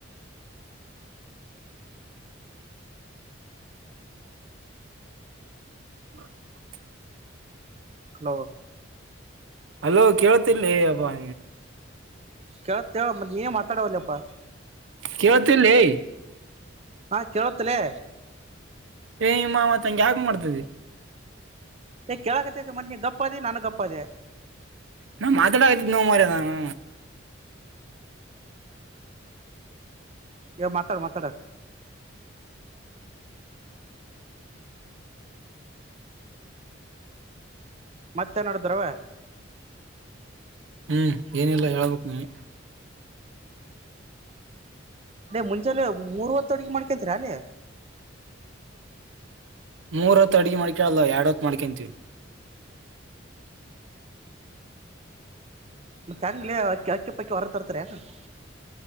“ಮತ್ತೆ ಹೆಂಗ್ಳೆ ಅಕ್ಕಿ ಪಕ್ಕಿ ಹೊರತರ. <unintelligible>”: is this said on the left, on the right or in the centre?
Right